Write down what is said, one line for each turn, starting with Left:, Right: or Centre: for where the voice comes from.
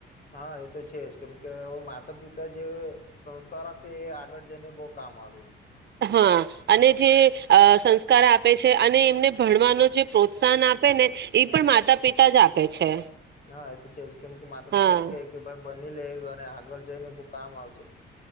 Left: હા એ તો છે જ કેમ કે માતા પિતા જે સંસ્કાર આપે એ આગળ જઈને બહ કામ આવે.
Right: હા અને જે અ સંસ્કાર આપે છે અને એમને ભણવાનો જે પ્રોત્સાહન આપે ને એ પણ માતા પિતા જ આપે છે.
Left: હા એ તો છે કેમ કે માતા
Right: હા
Left: પિતા જ કે કે ભાઈ ભની લે ગ આગળ જઈને બવ કામ આવશે.